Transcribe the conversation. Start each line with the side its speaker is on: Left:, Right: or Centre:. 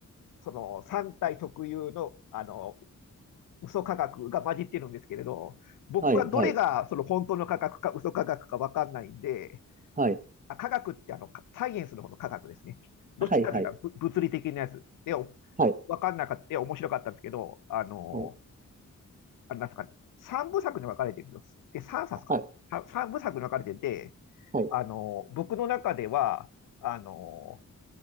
Left: その3体特有の、あの、嘘科学が混じってるんですけれど、僕はどれがその本当の科学か嘘科学かわかんないんで、
Right: はい、はい、はい、
Left: あ科学ってあの、かサイエンスの方の科学ですね。どっちかというとぶ物理的なやつで、
Right: はい、はい、
Left: お
Right: はい、
Left: わかんなかった、面白かったんですけど、あの、
Right: はい、
Left: あれなんですかね、3部作に分かれてるんですよ。で、3冊かな。
Right: はい、
Left: 3部作に分かれてて、
Right: はい。
Left: あの、僕の中では、あの、